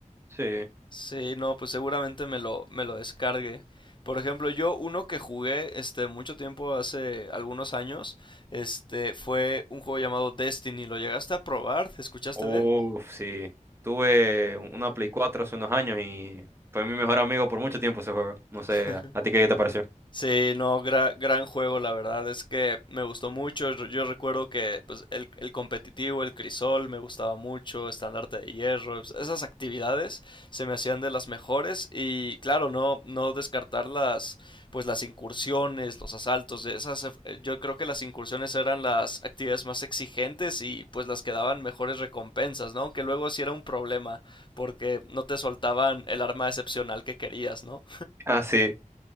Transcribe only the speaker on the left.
Sí, no, pues seguramente me lo, me lo descargue. Por ejemplo, yo uno que jugué este mucho tiempo hace algunos años, este fue un juego llamado Destiny. ¿Lo llegaste a probar? ¿Escuchaste
de él?
<laughs>
Sí, no, gra- gran juego, la verdad es que me gustó mucho. Yo, yo recuerdo que pues, el, el competitivo, el crisol, me gustaba mucho, estandarte de hierro, es- esas actividades se me hacían de las mejores y claro, no, no descartar las, pues las incursiones, los asaltos, de esas, eh, yo creo que las incursiones eran las actividades más exigentes y pues las que daban mejores recompensas, ¿no? Aunque luego sí era un problema porque no te soltaban el arma excepcional que querías, ¿no?